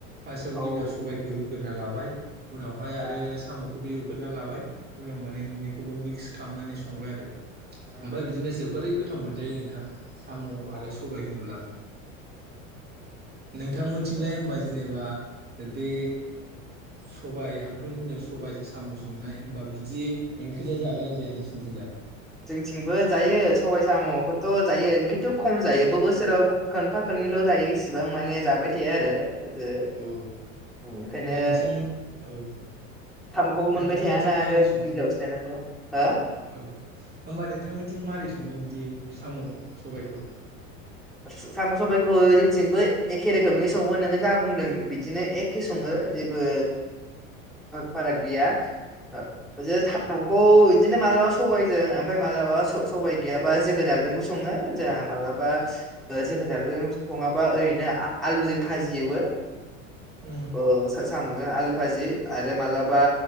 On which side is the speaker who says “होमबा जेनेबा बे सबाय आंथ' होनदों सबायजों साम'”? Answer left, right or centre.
Right